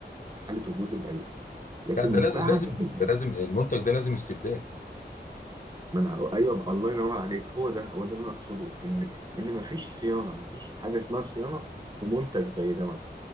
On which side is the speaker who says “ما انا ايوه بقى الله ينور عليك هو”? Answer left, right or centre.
Right